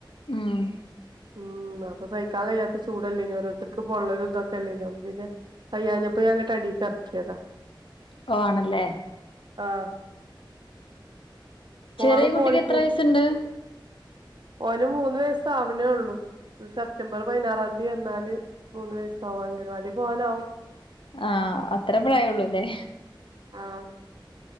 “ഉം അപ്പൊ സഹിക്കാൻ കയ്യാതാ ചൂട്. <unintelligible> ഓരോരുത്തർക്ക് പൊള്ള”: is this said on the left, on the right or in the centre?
Right